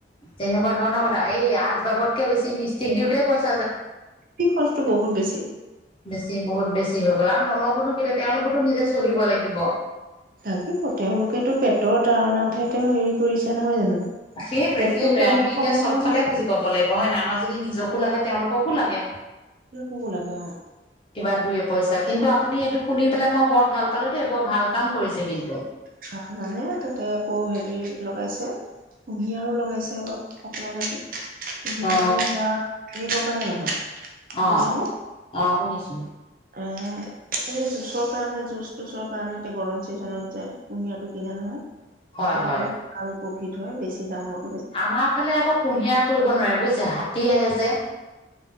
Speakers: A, on the left (about 30°); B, on the right (about 50°).
A: তেনেকুৱা ধৰণৰ কথা এই আচবাবতকে বেছি মিষ্ট্ৰিক দেউটাকে পইছা
B: খৰচটো বহুত বেছি।
A: বেছি বহুত বেছি হৈ গ'ল আৰু নলবনো কেলে তেওঁলোকতো নিজে চলিব লাগিব।
B: লাগিব তেওঁলোকেতো পেটৰ তাৰনাতহে তেওঁ হেৰি ফুৰিছে নহয় জানো
A: সেইটোৱে
B: পেটটোৰ
A: সেইটোৱে
B: কাৰণে
A: আমি এতিয়া
B: কণ
A: চবফালে
B: <unintelligible>
A: বুজি পাব লাগিব হয় না আমাক যদি নিজকো লাগে তেওঁলোককো লাগে।
B: <unintelligible> লাগে অ'।
A: <inaudible> কিবা দুই পইচা কিন্তু আপুনি এইটো শুনি পেলাই মই বৰ ভাল পালোঁ দেই বৰ ভাল কাম কৰিছে কিন্তু।
B: ভাল জানে তাতে আকৌ হেৰি লগাইছে। কুঁহিয়াৰো লগাইছে অলপ অকমান ৰাতি। সেহে
A: অ
B: মানে ধৰাৰি কাৰণে নহয়।
A: অ',
B: বুজিছানে
A: অ', শুনিছো।
B: এ এই জুচৰ কাৰণে জুচ তুচৰ কাৰণে এতিয়া গৰম চিজনত যে। কুঁহিয়াৰটো কিনে নহয় সেইটোত
A: হয় হয়
B: অলপ ভাল প্ৰফিট হয় বেছি দামত।
A: আমাৰ ফালে আকৌ কুঁহিয়াৰ কৰিব নোৱাৰে বুজিছে হাতী আহে যে।